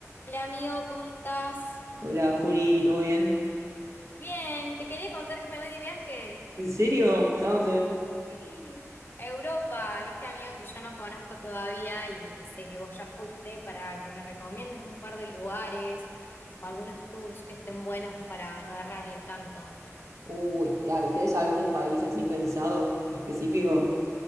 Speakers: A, on the left (about 40°); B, on the right (about 75°).
A: Hola amigo, ¿cómo estás?
B: Hola Juli, ¿todo bien?
A: Bien, te quería contar que me voy de viaje.
B: ¿En serio? ¿A dónde?
A: Sí, a Europa, viste amigo que yo no conozco todavía y sé que vos ya fuiste para que me recomiendes un par de lugares o algunos tours que estén buenos para no errarle tanto.
B: Uy, ya, ¿tenés algún país así pensado, específico?